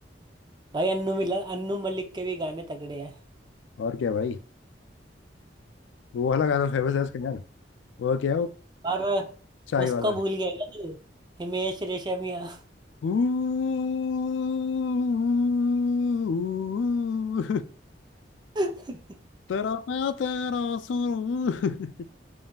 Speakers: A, on the right; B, on the left.
A: भाई अन्नू मिला अन्नू मलिक के भी गाने तगड़े हैं
B: और क्या भाई वो वाला गाना फेमस है उसका यार वो क्या है वो
A: और
B: चाय
A: उसको
B: वाला
A: भूल
B: <laughs>
A: गया क्या तू हिमेश रेशमिया
B: ऊ-
A: <laughs>
B: तेरा मैं तेरा सुरूर